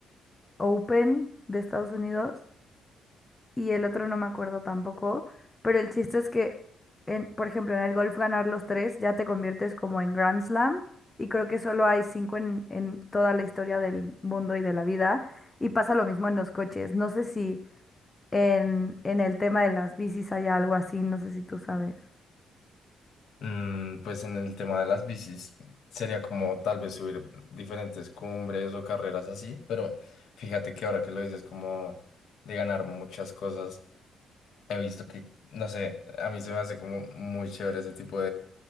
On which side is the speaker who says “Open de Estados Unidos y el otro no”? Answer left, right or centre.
Left